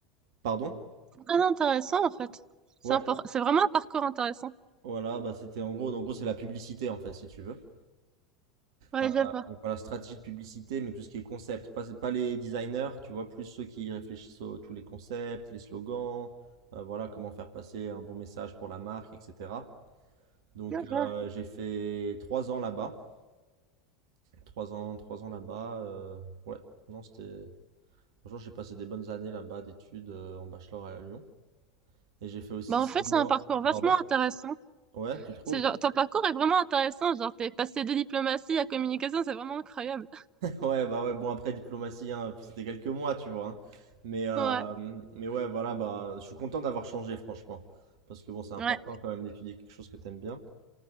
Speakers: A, on the right; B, on the right.
A: Pardon?
B: Très intéressant, en fait. C'est
A: Ouais.
B: impor- c'est vraiment un parcours intéressant.
A: Voilà, bah c'était en gros, en gros c'est la publicité en fait, si tu veux.
B: Ouais,
A: Euh,
B: je vois.
A: donc voilà, stratégie de publicité, mais tout ce qui est concept, pas, pas les designers, tu vois, plus ceux qui réfléchissent à tous les concepts, les slogans, euh, voilà, comment faire passer un bon message pour la marque, etc. Donc
B: Je vois.
A: euh, j'ai fait trois ans là-bas, trois ans, trois ans là-bas, euh, ouais, non, c'était, franchement, j'ai passé des bonnes années là-bas d'études euh, en bachelor à Lyon, et j'ai fait aussi
B: Bah, en
A: six
B: fait, c'est
A: mois,
B: un parcours vachement
A: pardon,
B: intéressant.
A: ouais, tu trouves?
B: C'est genre, ton parcours est vraiment intéressant. Genre, t'es passé de diplomatie à communication, c'est vraiment incroyable.
A: Ouais, bah ouais, bon après diplomatie, hein, c'était quelques mois, tu vois. hein. Mais, euh,
B: Ouais.
A: mais ouais, voilà, bah je suis content d'avoir changé, franchement. Parce que bon, c'est important
B: Ouais.
A: quand même d'étudier quelque chose que t'aimes bien.